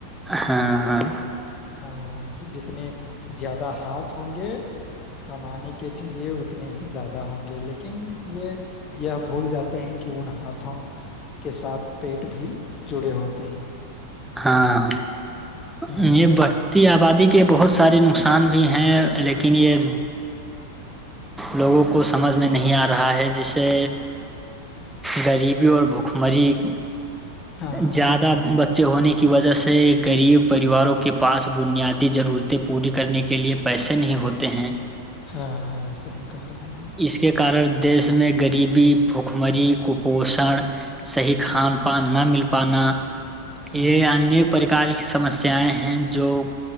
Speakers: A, in the centre; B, on the left (about 30°).
A: ہاں ہاں
B: ہاں کہ جتنے زیادہ ہاتھ ہوں گے کمانے کے کے ذریعے اتنے ہی زیادہ ہوں گے لیکن وہ یہ بھول جاتے ہیں کہ ان ہاتھوں کے ساتھ پیٹ بھی جڑے ہوتے ہیں
A: ہاں
B: ہاں
A: یہ بڑھتی آبادی کے کے بہت سارے نقصان بھی ہیں لیکن یہ لوگوں کو سمجھ میں نہیں آ رہا ہے جسے غریبی اور بھوکمری
B: ہاں
A: زیادہ بچے ہونے کی وجہ سے غریب پریواروں کے پاس بنیادی ضرورتیں پوری کرنے کے لئے پیسے نہیں ہوتے ہیں
B: ہاں صحی کہ رہے ہیں
A: اس کے کارن دیش میں غریبی بھکمری کپوشن صحی کھان
B: ہاں
A: پان نہ مل پنا
B: ہاں
A: یہ ان پری کار سس سیائیں ہیں جو